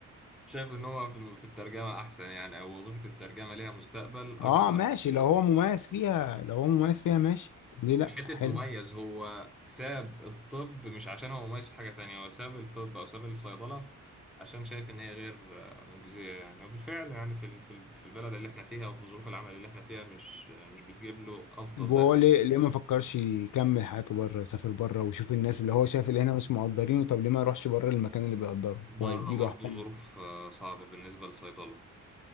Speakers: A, in the centre; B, on the left (about 75°).
A: شايف ان هو في الم- في الترجمة احسن يعني او وظيفة الترجمة ليها مستقبل اكتر
B: اه ماشي
A: في ال-
B: لو هو مميز فيها لو هو مميز فيها ماشي ليه لا
A: مش حتة
B: حلو
A: مميز هو ساب الطب مش عشان هو مميز في حاجة تانية هو ساب الطب او ساب الصيدلة عشان شايف ان هي غير آه، مجزية يعني وبالفعل يعني في ال- في ال- في البلد اللي احنا فيها وفي ظروف العمل اللي احنا فيها مش آه، مش بتجيب له افضل
B: طب وهو
A: دخل
B: ليه ليه ما فكرش يكمل حياته بره يسافر بره ويشوف الناس اللي هو شايف اللي هنا مش مقدرينه طب ليه ما يروحش بره المكان اللي بيقدره وهيديله
A: بره برضه
B: احسن
A: ظروف آه، صعبة بالنسبة للصيدلة